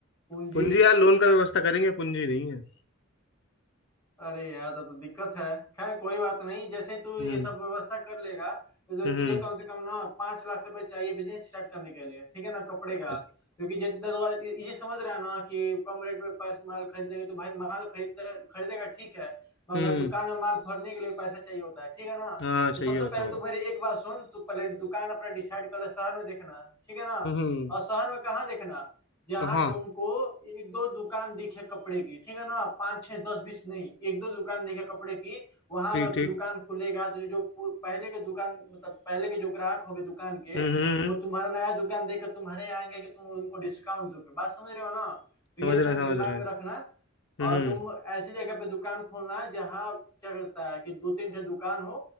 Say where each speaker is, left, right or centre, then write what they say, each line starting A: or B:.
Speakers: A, on the left; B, on the left.
A: पूंजी
B: पूंजी यार लोन का व्यवस्था करेंगे पूंजी नहीं है
A: अरे यार तब तो दिक्कत है खैर कोई बात नहीं जैसे तू
B: हम्म
A: ये सब व्यवस्था कर लेगा तो जो
B: हम्म
A: तुझे कम से कम ना पांच लाख रुपए चाहिए बिजनेस स्टार्ट करने के लिए ठीक है ना कपड़े का
B: अच्छा,
A: क्योंकि जितना तो ये ये समझ रहा है ना कि कम रेट में पैसे माल खरीद लेंगे तो भाई माल खरीद खरीदेगा ठीक है मगर
B: हम्म
A: दुकान में माल भरने के लिए पैसा चाहिए होता है ठीक है ना
B: हाँ चाहिए
A: तो सबसे
B: होता
A: पहले
B: भाई
A: तो मेरी एक बात सुन तू पहले दुकान अपना डिसाइड कर ले शहर में देखना ठीक है ना
B: हम्म
A: और शहर में कहाँ देखना जहां
B: कहाँ
A: तुमको एक दो दुकान दिखे कपड़े की ठीक है ना पाँच छह दस बीस नहीं एक दो दुकान दिखे कपड़े की वहां
B: ठीक
A: अगर तू
B: ठीक
A: दुकान खुलेगा तो जो पू- पहले के दुकान मतलब पहले के जो ग्राहक होंगे दुकान के
B: हम्म हम्म हम्म,
A: वो तुम्हारा नया दुकान देखकर तुम्हारे यहाँ आएंगे कि तुम उनको डिस्काउंट दोगे बात समझ रहे हो ना तो ये
B: समझ
A: तुम
B: रहे हैं समझ
A: दिमाग
B: रहे
A: में
B: हैं
A: रखना
B: हम्म
A: और तुम ऐसी जगह पे दुकान खोलना जहाँ क्या कहता है कि दो तीन ठे दुकान हो